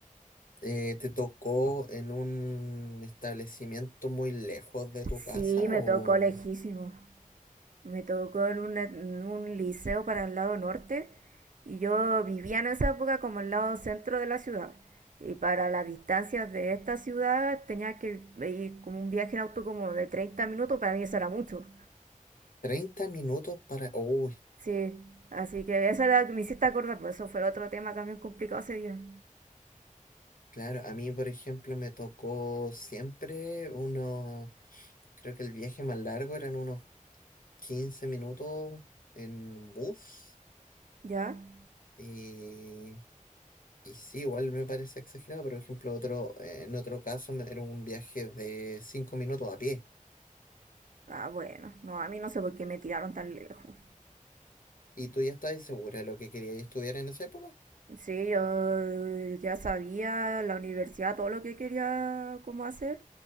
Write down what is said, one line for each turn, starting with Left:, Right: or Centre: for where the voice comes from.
Left: eh, ¿te tocó en un establecimiento muy lejos de tu
Right: Sí,
Left: casa o
Right: me tocó lejísimo. Me tocó en, una- en un liceo para el lado norte y yo vivía en esa época como el lado centro de la ciudad. Y para las distancias de esta ciudad tenía que ir como un viaje en auto como de 30 minutos, para mí eso era mucho.
Left: treinta minutos para... Uy,
Right: Sí, así que eso era lo que me hiciste acordar, por eso fue el otro tema también complicado ese día.
Left: claro, a mí, por ejemplo, me tocó siempre unos... Creo que el viaje más largo eran unos 15 minutos en bus.
Right: ¿Ya?
Left: Y Y sí, igual me parece exagerado, pero por ejemplo, otro, eh, en otro caso me- era un viaje de cinco minutos a pie.
Right: Ah, bueno, no, a mí no sé por qué me tiraron tan lejos.
Left: ¿Y tú ya estabas segura de lo que querías estudiar en esa época?
Right: Sí, yo ya sabía la universidad, todo lo que quería como hacer.